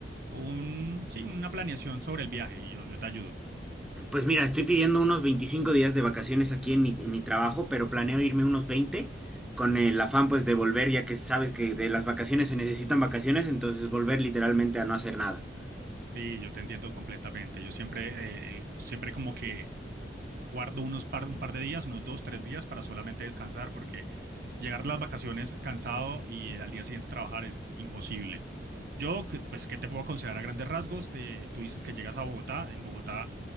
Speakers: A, on the right; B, in the centre.
A: un, sí, una planeación sobre el viaje y yo, yo te ayudo.
B: Pues mira, estoy pidiendo unos 25 días de vacaciones aquí en mi, en mi trabajo, pero planeo irme unos 20 con el afán pues de volver, ya que sabes que de las vacaciones se necesitan vacaciones, entonces volver literalmente a no hacer nada.
A: Sí, yo te entiendo completamente. Yo siempre, eh, siempre como que guardo unos par, un par de días, unos dos, tres días para solamente descansar, porque llegar a las vacaciones cansado y eh, al día siguiente trabajar es imposible. Yo, que- pues, ¿qué te puedo aconsejar a grandes rasgos? Te- tú dices que llegas a Bogotá. En Bogotá